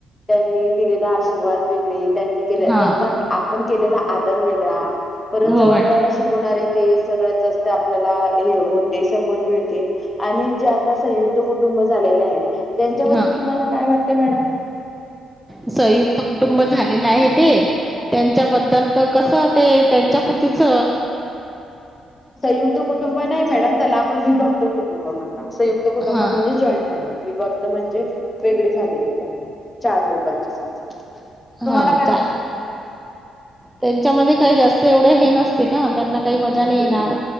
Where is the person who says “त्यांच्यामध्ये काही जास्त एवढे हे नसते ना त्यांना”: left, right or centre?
Centre